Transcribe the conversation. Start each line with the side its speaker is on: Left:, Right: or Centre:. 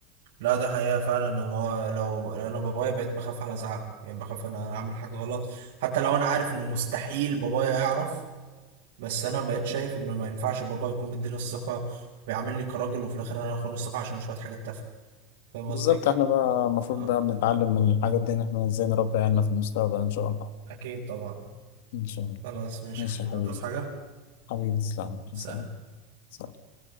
Right: لا دي حقيقة فعلا هو لو انا بابايا بقيت بخاف على زعله يعني بخاف ان انا اعمل حاجة غلط حتى لو انا عارف انه مستحيل بابايا يعرف بس انا بقيت شايف
Left: مم.
Right: انه ما ينفعش بابا يكون مديني الثقة بيعاملني كراجل وفي الاخر انا اخون الثقة عشان شوية حاجات تافهة فاهم قصدي؟
Left: بالظبط احنا بقى المفروض
Right: آه.
Left: بقى بنتعلم من الحاجات دي ان احنا ازاي نربي عيالنا في المستقبل ان شاء الله
Right: أكيد طبعا
Left: ان شاء الله
Right: خلاص ماشي
Left: ماشي
Right: يا حبيبي
Left: يا حبيبي
Right: تصحى حاجة
Left: حبيبي تسلم
Right: سلام
Left: سلام سلام.